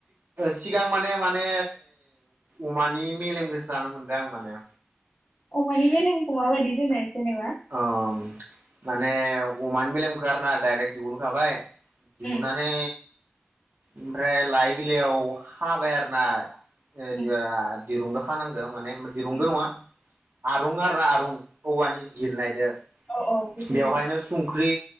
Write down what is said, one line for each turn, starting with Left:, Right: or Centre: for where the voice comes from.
Right: सिगां माने माने अमानि मेलेम खोसो जानो मोनदों आं माने
Left: अमानि मेलेमखौ माबादि दे नाय जेनेबा
Right: औ माने अमानि मेलेमखो आरोना डाइरेक्ट दिहुनखाबाय दिहुननानै
Left: उम
Right: ओमफ्राय लाइ बिलाइयाव हाबाय आरोना <unintelligible> दिरुंजो
Left: उम
Right: खानांगो माने दिरुंदो
Left: उम
Right: नङा आरुं आरो ना आरुं औवानि जिरनायदो
Left: औ औ बुजिदो
Right: बेवहायनो
Left: दे
Right: सुं ख्रि